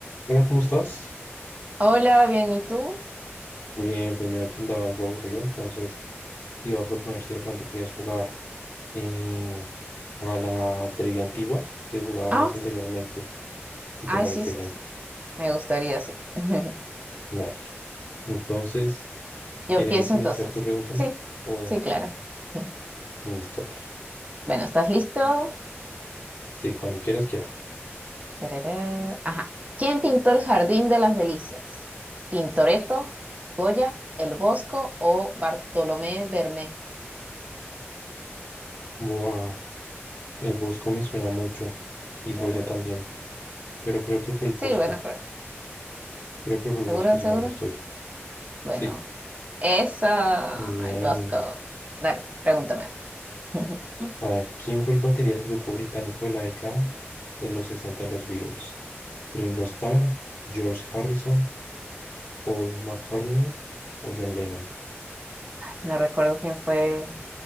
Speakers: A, on the left (about 50°); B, on the right (about 35°).
A: Hola, ¿cómo estás?
B: Hola, bien, ¿y tú?
A: Bien, pues mira que andaba algo aburrido, entonces te iba a proponer si de pronto querías jugar eh, a la trivia antigua que jugábamos
B: Ah,
A: anteriormente, si
B: ay,
A: te parece
B: sí,
A: bien.
B: me gustaría, sí. <laughs>
A: Dale. Entonces, ¿quieres
B: Yo empiezo,
A: iniciar tú preguntando?
B: sí,
A: O
B: sí, claro. <laughs>
A: listo, vale.
B: Bueno, ¿estás listo?
A: Sí, cuando quieras quiero.
B: Tarará. Ajá. ¿Quién pintó el Jardín de las Delicias? ¿Tintoretto, Goya, El Bosco o Bartolomé Bermé?
A: Buah, que el Bosco me suena mucho y Goya
B: Ver-
A: también, pero creo que fue el Bosco.
B: Sí, bueno,
A: Creo que fue el
B: seguro,
A: Bosco
B: seguro.
A: si mal no estoy.
B: Bueno,
A: Sí,
B: esa,
A: muy bien.
B: El Bosco. Dale, pregúntame. <laughs>
A: A ver, ¿quién fue el batería del grupo británico de la década de los 60 los Beatles? ¿Ringo Starr, George Harrison, Paul McCartney o John Lennon?
B: No recuerdo quién fue